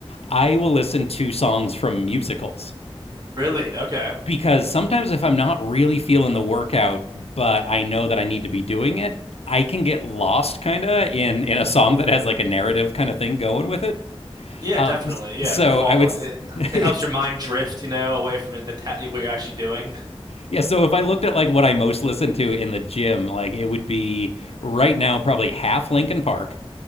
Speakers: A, on the left; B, on the right.
A: I will listen to songs from musicals
B: Really? Okay.
A: because sometimes if I'm not really feeling the workout, but I know that I need to be doing it, I can get lost kind of in in a song that has like a narrative kind of thing going with it.
B: Yeah,
A: Um,
B: definitely. Yeah,
A: so
B: if you're fall,
A: I would,
B: like, it,
A: <laughs> it's
B: it helps your mind drift, you know, away from the ta what you're actually doing.
A: yeah. So if I looked at like what I most listen to in the gym, like it would be right now probably half Linkin Park